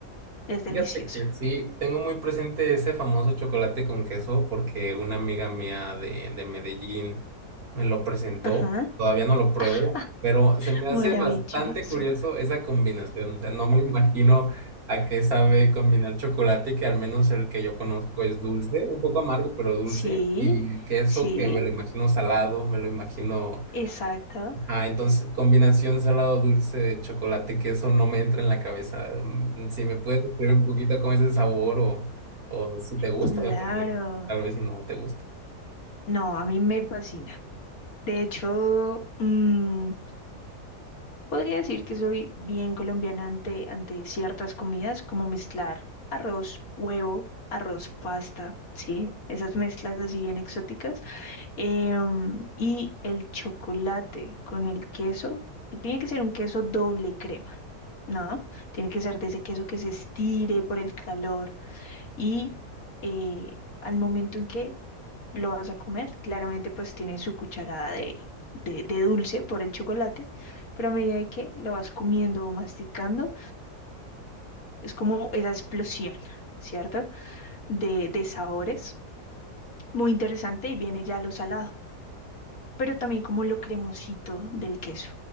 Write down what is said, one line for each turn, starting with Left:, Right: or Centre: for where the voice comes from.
Left: Es delicioso.
Right: Fíjate que sí, tengo muy presente ese famoso chocolate con queso porque una amiga mía de, de Medellín me lo presentó.
Left: Ajá.
Right: Todavía no lo pruebo,
Left: Ah,
Right: pero se me hace
Left: Maravilloso.
Right: bastante curioso esa combinación. O sea, no me imagino a qué sabe combinar chocolate, que al menos el que yo conozco es dulce, un poco amargo, pero dulce,
Left: Sí,
Right: y queso
Left: sí,
Right: que me lo imagino salado, me lo imagino
Left: exacto.
Right: Ah, entonces combinación salado dulce de chocolate, que eso no me entra en la cabeza. Mm, Si me puedes describir un poquito cómo es el sabor o, o si te gusta,
Left: Claro.
Right: porque tal vez si no te gusta.
Left: No, a mí me fascina. De hecho, mm, podría decir que soy bien colombiana ante, ante ciertas comidas, como mezclar arroz, huevo, arroz, pasta, ¿sí? Esas mezclas así bien exóticas. Em, y el chocolate con el queso, que tiene que ser un queso doble crema, ¿no? Tiene que ser de ese queso que se estire por el calor y eh, al momento en que lo vas a comer, claramente pues tiene su cucharada de, de, de dulce por el chocolate, pero a medida de que lo vas comiendo o masticando, es como esa explosión, ¿cierto? De, de sabores. Muy interesante y viene ya lo salado. pero también como lo cremosito del queso.